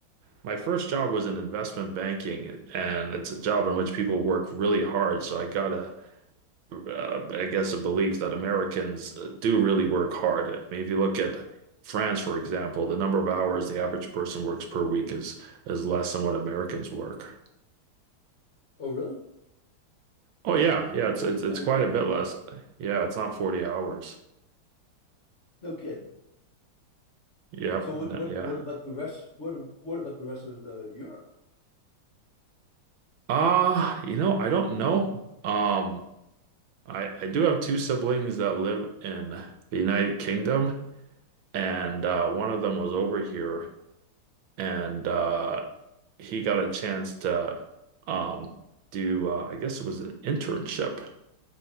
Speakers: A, on the right; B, on the left.
A: my first job was in investment banking, and it's a job in which people work really hard. So I got a, uh, I guess, a belief that Americans uh, do really work hard. I mean, if you look at France, for example, the number of hours the average person works per week is is less than what Americans work.
B: Oh, really?
A: Oh yeah, yeah, it's it's it's
B: I didn't
A: quite
B: know that.
A: a bit less. Yeah, it's not 40 hours.
B: No kidding.
A: Yep.
B: So what
A: n-
B: what
A: Yeah.
B: what about the rest? What what about the rest of uh, Europe?
A: Uh, you know, I don't know. Um, I I do have two siblings that live in the United Kingdom, and uh, one of them was over here, and uh, he got a chance to um, do uh, I guess it was an internship,